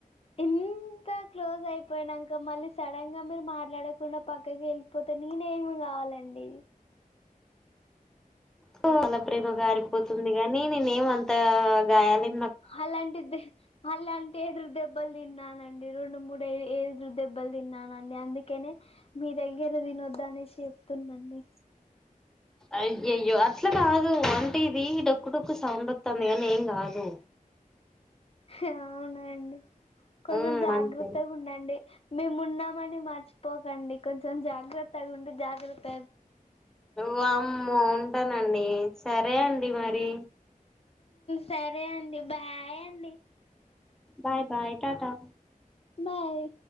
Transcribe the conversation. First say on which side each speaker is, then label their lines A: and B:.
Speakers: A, on the left; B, in the centre.
A: ఇంత క్లోజ్ అయిపోయినాక మళ్లీ సడన్ గా మీరు మాట్లాడకుండా పక్కకెళ్ళిపోతే నేనేమి గావాలండి?
B: చాల ప్రేమ కారిపోతుంది గాని నేనేమంత గాయాలే
A: అలాంటిదే అలాంటెదురు దెబ్బలు తిన్నానండి, రెండు మూడు ఎదురు దెబ్బలు తిన్నానండి, అందుకేనే మీ దగ్గర తినొద్దనేసి చెప్తున్నాండి.
B: అయ్యయ్యో అట్లా కాదు అంటే ఇది డొక్కు డొకు సౌండ్ వస్తుంది కానీ ఏం కాదు
A: అవునండి కొంచెం
B: ఉమ్
A: జాగ్రత్తగుండండి
B: అంతే
A: మేమున్నామని మర్చి పోకండి కొంచెం జాగ్రత్తగుండి జాగ్రత్త
B: వామ్మో ఉంటానండి సరే సరే అండి మరి
A: సరే అండి బాయ్ అండి
B: బాయ్ బాయ్ టటా
A: బాయ్